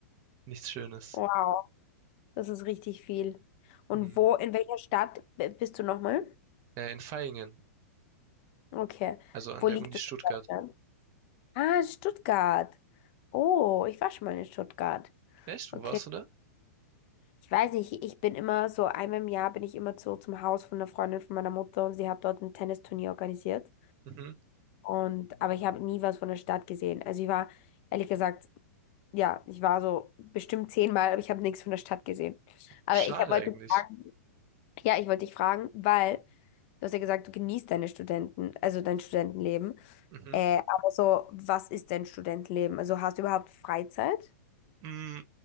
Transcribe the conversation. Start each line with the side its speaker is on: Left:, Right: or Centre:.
Right: nichts Schönes.
Left: Wow. Das ist richtig viel. Und
Right: Mhm.
Left: wo, in welcher Stadt b- bist du nochmal?
Right: Äh, in Vaihingen,
Left: Okay.
Right: also an
Left: Wo
Right: der
Left: liegt
Right: Uni
Left: das
Right: Stuttgart.
Left: in Deutschland? Ah, Stuttgart. Oh, ich war schon mal in Stuttgart.
Right: Echt? Wo
Left: Okay.
Right: warst du da?
Left: Ich weiß nicht, ich bin immer so, einmal im Jahr bin ich immer so zum Haus von einer Freundin von meiner Mutter und sie hat dort ein Tennisturnier organisiert.
Right: Mhm.
Left: Und, aber ich habe nie was von der Stadt gesehen. Also ich war, ehrlich gesagt, ja, ich war so bestimmt zehnmal, aber ich habe nichts von der Stadt gesehen. Aber
Right: Schade
Left: ich hab- wollte
Right: eigentlich.
Left: fragen, ja, ich wollte dich fragen, weil du hast ja gesagt, du genießt deine Studenten, also dein Studentenleben.
Right: Mhm.
Left: Äh, aber so, was ist dein Studentenleben? Also hast du überhaupt Freizeit?
Right: Mm,